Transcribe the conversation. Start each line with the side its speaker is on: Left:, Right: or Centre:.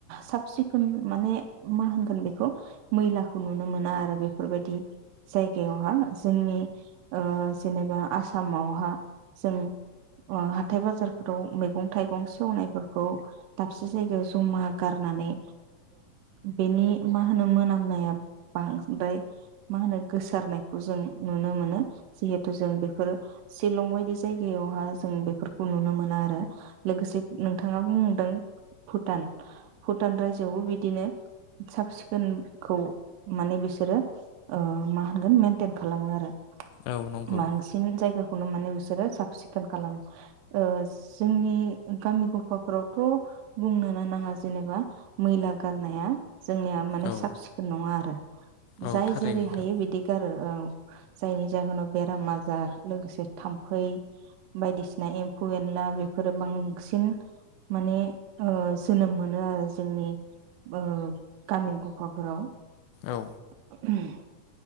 Right: साब सिखुन माने मा होनगोन बेखौ मैलाखौ नुनो मोना आरो बेफोरबायदि जायगायावहा जोंनि। ओ जेनेबा आसामावहा जों ओ‌ हाथाय बाजारफोराव मैगं थाइगं सेवनायफोरखौ दाबसे जायगायाव जमा। गारनानै बेनि मा होनो मोनामनाया बांद्राय मा होनो गोसारनायखौ जों नुनो मोनो जिहेथु जों बेफोर शिलं बायदि जायगायावहा जों बेफोरखौ नुनो मोना आरो लोगोसे नोंथाङा बुंदों भुटान भुटान राज्योआवबो बिदिनो साब सिखोनखौ माने बिसोरो ओ मा होनगोन मेेनटेन खालामो आरो।
Left: औ नंगौ
Right: बांसिन जायगाखौनो माने रो‌ साफ सिखोन खालामो ओ जोंनि। गामि गफाफोरावथ बुंनो नो नाङा जेनेबा मैला गारनाया। जोंनिया माने
Left: औ
Right: साब सिखोन नङा आरो
Left: औ
Right: जाय
Left: थारैनो
Right: जेरै
Left: नोंथां
Right: हायो बिदि गारो औ। जायनि जाहोनाव बेराम आजार लोगोसे थाम्फै बायदिसिना एम्फौ एनला बेफोरो बांसिन माने ओ जोनोम मोन मोनो आरो जोंनि ओ गामि गफाफोराव‌
Left: औ
Right: <unintelligible>